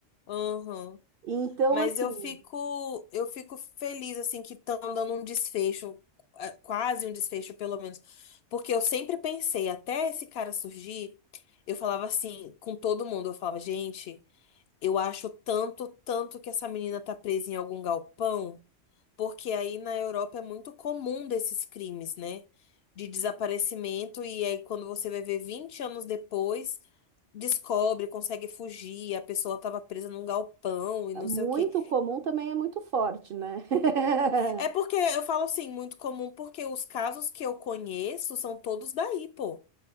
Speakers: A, on the left; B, on the right.
A: aham.
B: Então,
A: Mas
B: assim,
A: eu fico, eu fico feliz assim que estão dando um desfecho, eh, quase um desfecho pelo menos, porque eu sempre pensei, até esse cara surgir, eu falava assim com todo mundo, eu falava, gente, eu acho tanto, tanto que essa menina tá presa em algum galpão, porque aí na Europa é muito comum desses crimes, né? De desaparecimento e aí quando você vai ver 20 anos depois, descobre, consegue fugir, a pessoa tava presa num galpão e não
B: muito
A: sei o quê.
B: comum também é muito forte, né? <laughs>
A: É porque eu falo assim, muito comum, porque os casos que eu conheço são todos daí, pô.